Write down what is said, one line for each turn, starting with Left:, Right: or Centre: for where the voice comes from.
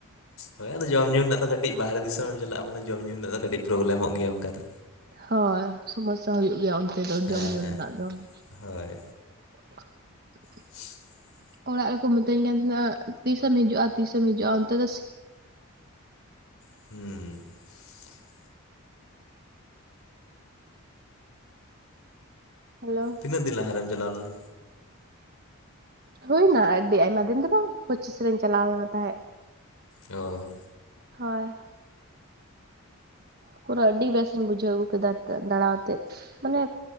Left: ᱦᱳᱭ ᱟᱫᱚ ᱡᱚᱢ ᱧᱩ ᱨᱮᱱᱟᱜ ᱫᱚ ᱠᱟᱹ ᱴᱤᱡ ᱵᱟᱦᱨᱮ ᱫᱤᱥᱚᱢ ᱮᱢ ᱪᱟᱞᱟᱜᱼᱟ ᱢᱟᱱᱮ ᱡᱚᱢ ᱧᱩ ᱨᱮᱱᱟᱜ ᱫᱚ ᱠᱟᱹᱴᱤᱡ ᱯᱨᱚᱜᱞᱮᱢᱚᱜ ᱜᱮᱭᱟ ᱚᱱᱠᱟ ᱫᱚ
Right: ᱦᱚᱭ ᱥᱚᱢᱚᱥᱥᱟ ᱦᱩᱭᱩᱜ ᱜᱮᱭᱟ ᱚᱱᱛᱮ ᱫᱚ ᱡᱚᱢ
Left: ᱦᱮᱸ
Right: ᱧᱩ
Left: ᱦᱮᱸ
Right: ᱨᱮᱱᱟᱜ ᱫᱚ ᱾
Left: ᱦᱳᱭ
Right: <inaudible>
Left: <inaudible>
Right: ᱚᱲᱟᱜ ᱨᱮᱠᱚ ᱢᱤᱛᱟᱹᱧ ᱠᱟᱱ ᱛᱟᱦᱮᱱᱟ ᱛᱤᱥᱮᱢ ᱦᱤᱡᱩᱜᱼᱟ ᱛᱤᱥᱮᱢ ᱦᱤᱡᱩᱜᱼᱟ ᱚᱱᱛᱮ ᱫᱚ
Left: ᱦᱩᱸ ᱾
Right: ᱦᱟᱞᱚ ᱾
Left: ᱛᱤᱱᱟᱹᱜ ᱫᱤᱱ ᱞᱟᱦᱟᱨᱮᱢ ᱪᱟᱞᱟᱣ ᱞᱮᱱᱟ?
Right: ᱦᱩᱭᱱᱟ ᱟᱹᱰᱤ ᱟᱭᱢᱟ ᱫᱤᱱ ᱫᱚ ᱵᱟᱝ ᱯᱚᱪᱤᱥ ᱨᱤᱧ ᱪᱟᱞᱟᱣ ᱞᱮᱱᱟ ᱛᱟᱦᱮᱸᱫ ᱾
Left: ᱚ
Right: ᱦᱚᱭ ᱾ ᱯᱩᱨᱟᱹ ᱟᱹᱰᱤ ᱵᱮᱥᱤᱧ ᱵᱩᱡᱷᱟᱹᱣ ᱟᱹᱜᱩ ᱠᱮᱫᱟ ᱫᱟᱬᱟᱛᱮ ᱢᱟᱱᱮ